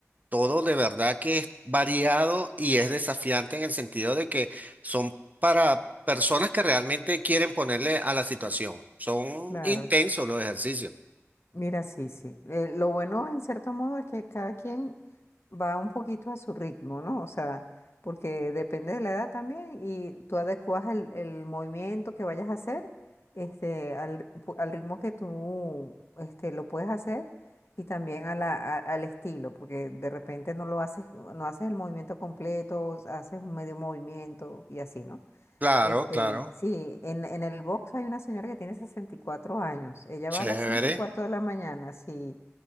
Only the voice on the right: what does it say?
todo de verdad que es variado y es desafiante en el sentido de que son para personas que realmente quieren ponerle a la situación. Son
intensos los ejercicios.
Claro,
claro.
Chévere.